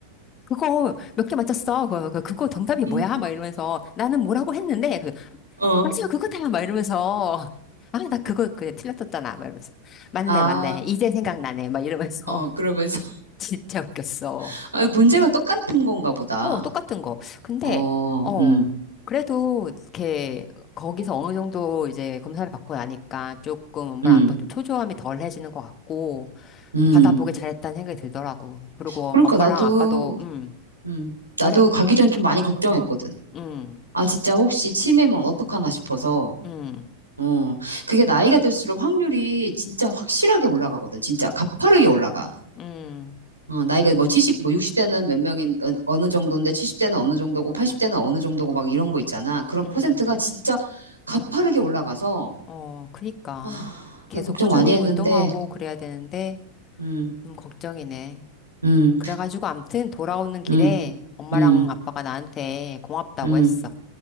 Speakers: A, on the left (about 30°); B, on the right (about 80°).
A: 그거 몇 개 맞췄어? 그거, 그거 그거 정답이 뭐야?
B: 응,
A: 막 이러면서 나는 뭐라고 했는데, 그,
B: 어,
A: 맞아, 그거다! 막 이러면서. 아, 나 그거 그냥 틀렸었잖아. 막 이러면서. 맞네,
B: 아,
A: 맞네. 이제 생각나네. 막 이러면서.
B: 어, 그러면서,
A: <laughs> 진짜 웃겼어.
B: <laughs> 아, 문제가 똑같은 건가 보다.
A: 어, 똑같은 거. 근데,
B: 어,
A: 어,
B: 음,
A: 그래도, 이렇게, 거기서 어느 정도 이제 검사를 받고 나니까 조금 엄마
B: 음,
A: 아빠 좀 초조함이 덜해지는 것 같고,
B: 음.
A: 받아보길 잘했다는 생각이 들더라고. 그리고
B: 그러니까
A: 엄마랑
B: 나도,
A: 아빠도, 음,
B: 음, 나도
A: 말해.
B: 가기 전 좀 많이 걱정했거든.
A: 음,
B: 아, 진짜 혹시 치매면 어떡하나 싶어서.
A: 음,
B: 어, 그게 나이가 들수록 확률이 진짜 확실하게 올라가거든. 진짜 가파르게 올라가.
A: 음,
B: 어, 나이가 뭐 70, 뭐 60대는 몇 명인, 어, 어느 정도인데 70대는 어느 정도고 80대는 어느 정도고 막 이런 거 있잖아. 그런
A: 음,
B: 퍼센트가 진짜 가파르게 올라가서,
A: 어, 그니까.
B: 아,
A: 계속
B: 그 걱정
A: 꾸준히
B: 많이 했는데,
A: 운동하고 그래야 되는데,
B: 음,
A: 좀 걱정이네.
B: 음,
A: 그래가지고 암튼 돌아오는 길에
B: 음,
A: 엄마랑
B: 음,
A: 아빠가 나한테 고맙다고
B: 음,
A: 했어.